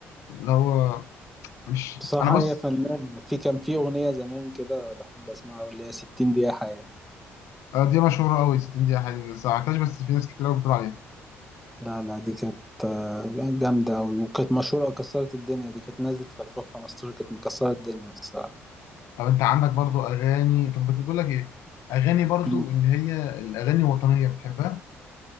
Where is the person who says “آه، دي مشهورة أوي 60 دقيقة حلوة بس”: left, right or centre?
Left